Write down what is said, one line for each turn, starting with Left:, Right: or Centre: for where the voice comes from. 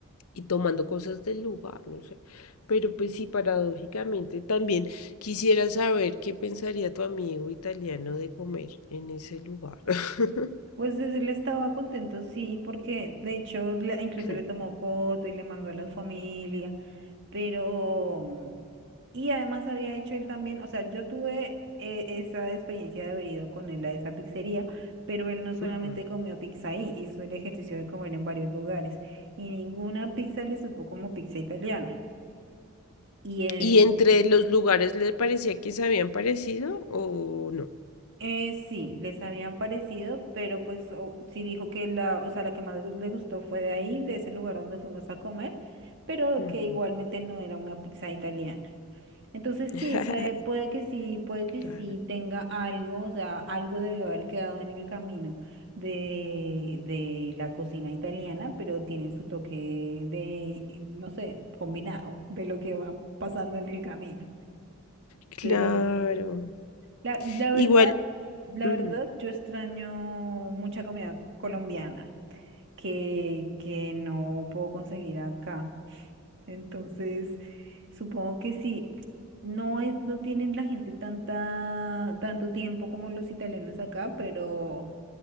Left: y tomando cosas del lugar, no sé. Pero pues sí, paradójicamente también quisiera saber qué pensaría tu amigo italiano de comer en ese lugar. <coughs>
Right: Pues es- él estaba contento, sí, porque de hecho le- incluso
Left: <laughs>
Right: le tomó foto y le mandó a la familia. Pero, mm, y además había hecho él también, o sea, yo tuve eh, esa experiencia de haber ido con él a esa pizzería, pero él no solamente
Left: Ujú.
Right: comió pizza ahí, hizo el ejercicio de comer en varios lugares y ninguna pizza le supo como pizza italiana. Y él,
Left: ¿Y entre los lugares le parecía que se habían parecido o no?
Right: eh, sí, les habían parecido, pero pues o- sí dijo que la, o sea, la que más le le gustó fue de ahí, de ese lugar donde fuimos a comer, pero
Left: Ujú.
Right: que igualmente no era una pizza italiana. Entonces
Left: <laughs>
Right: sí, puede, puede que sí, puede que
Left: Claro.
Right: sí tenga algo, o sea, algo debió haber quedado en el camino de, de la cocina italiana, pero tiene su toque de, no sé, combinado de lo que va pasando en el camino.
Left: Claro.
Right: Pero sí, la, la verdad,
Left: Igual.
Right: la
Left: ujú.
Right: verdad, yo extraño mucha comida colombiana que, que no puedo conseguir acá. Entonces, supongo que sí. No es, no tienen la gente tanta, tanto tiempo como los italianos acá, pero